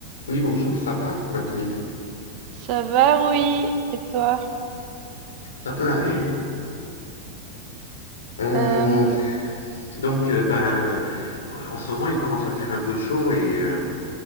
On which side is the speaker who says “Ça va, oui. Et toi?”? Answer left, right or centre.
Right